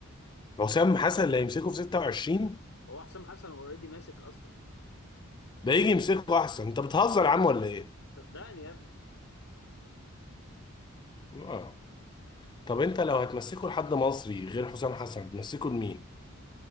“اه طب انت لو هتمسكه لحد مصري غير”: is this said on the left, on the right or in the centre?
Left